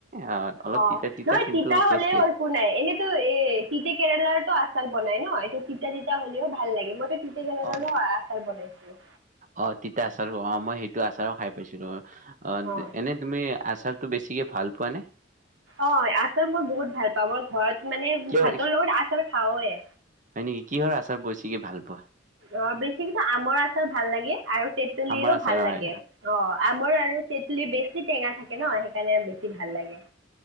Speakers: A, on the right (about 40°); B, on the right (about 80°).
A: আহ অলপ
B: অ
A: তিতা
B: নহয়
A: কিন্তু
B: তিতা হলেও
A: টেষ্টি আছে।
B: একো নাই এনেইতো এ তিতে কেৰেলাৰো আচাৰ বনাই ন এইটো তিতা তিতা হলেও ভাল লাগে মইতো ফি গলে
A: হয়।
B: গল একেল বাইছো
A: অ তিতা আচাৰ অ মই সেইটো আচাৰো খাই পাইছিলো অ
B: অ'
A: এনে তুমি আচাৰ বেছিকে ভাল পোৱা নে
B: অ আচল মই বহুত ভাল পাওঁ ম আৰু ঘৰত মানে
A: কিহৰ
B: ভাতৰ লগত আচাৰ খাওয়
A: হয় নেকি কিহৰ আচাৰ বেছিকে ভাল পোৱা
B: অ বেছি কিন্তু আমৰ আচাৰ ভাল লাগে। আৰু তেতুলীৰো
A: আমাৰ আচাৰ
B: ভাল লাগে
A: হয়
B: অ আমৰ আৰু তেতলী বেছি টেঙা থাকে ন সেইকাৰণে বেছি ভাল লাগে